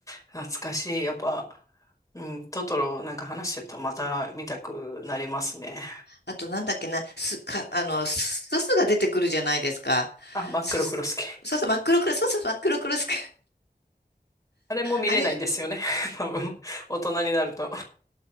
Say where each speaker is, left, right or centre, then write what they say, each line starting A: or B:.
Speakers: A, on the left; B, on the left.
A: 懐かしい。やっぱ、うん、トトロなんか話してるとまた見たくなりますね。
B: あとなんだっけな、す、か、あの、すすすが出てくるじゃないですか。
A: あ、真っ黒クロスケ。
B: すす、そうそう、真っ黒クロス、そうそう、真っ黒クロス。<laughs>
A: あれも見れないんですよね。
B: あれ、
A: <laughs> 多分、大人になると。